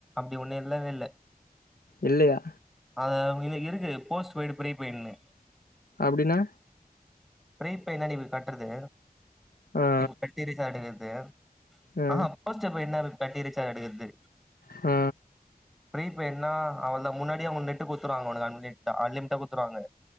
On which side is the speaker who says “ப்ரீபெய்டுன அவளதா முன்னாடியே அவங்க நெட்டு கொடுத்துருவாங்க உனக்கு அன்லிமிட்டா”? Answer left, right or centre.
Centre